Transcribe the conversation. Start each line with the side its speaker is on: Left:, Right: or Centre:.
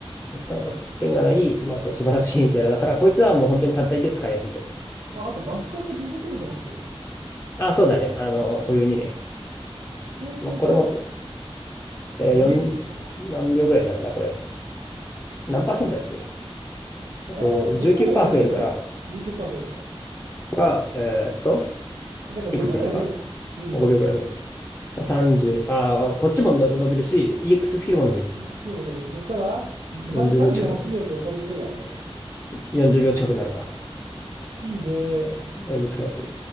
Left: だから欠点がない、まあそう、素晴らしい <laughs> キャラだから、こいつはもう本当に単体で使いやすいと思う。
Right: うんまあ、あと、バック効果持続力持ってる。
Left: あ、そうだね。
Right: 固有で。
Left: あの、固有にね。
Right: そうすると、
Left: まあこれもつ、えー、
Right: 伸びるね、
Left: 4、
Right: 時間が。
Left: 何秒ぐらいになるんだこれ。何パーセントだっけ
Right: えー、
Left: えっと、
Right: もともとが100で19%
Left: 19%増えるから、
Right: 増えるから。
Left: から、えーっと、
Right: だから5秒くらい増えるね。
Left: いくつなんですか
Right: 25秒だったら。
Left: ?5 秒ぐらい増える。30、ああこっちもの伸びるし、EX ススキルも伸びる。
Right: でスクリーンを伸びる。そしたら、
Left: 40秒近くなの
Right: さん38秒と30秒みたいな。
Left: ?40 秒近くなるか。
Right: いいね。
Left: だいぶ使いやすい。